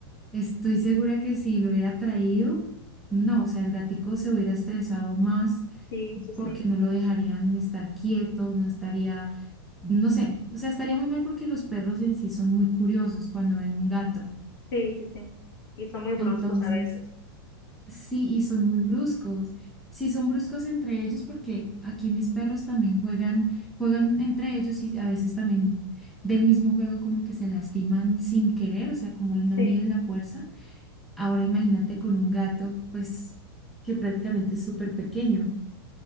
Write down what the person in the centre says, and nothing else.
estoy segura que si lo hubiera traído, no, o sea, el gatico se hubiera estresado más
porque no lo dejarían estar quieto, no estaría, no sé, o sea, estaría muy mal porque los perros en sí son muy curiosos cuando ven un gato.
Entonces,
sí, y son muy bruscos. Sí, son bruscos entre ellos porque aquí mis perros también juegan, juegan entre ellos y a veces también del mismo juego como que se lastiman sin querer, o sea, como no
miden la fuerza. Ahora imagínate con un gato, pues, que prácticamente es súper pequeño.